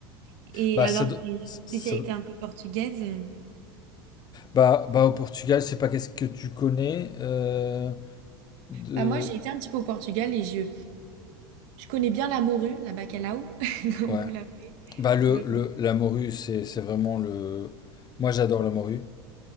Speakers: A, on the right; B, on the left.
A: Et
B: Bah,
A: alors,
B: ça, do-
A: des
B: ça,
A: spécialités un peu portugaises?
B: Bah, bah au Portugal, je sais pas qu'est-ce que tu connais euh, de
A: Bah, moi, j'ai été un petit peu au Portugal et je, je connais bien la morue, la bacalao, <laughs> comme
B: ouais.
A: vous l'appelez.
B: Bah le,
A: Euh,
B: le la morue, c'est c'est vraiment le moi j'adore la morue.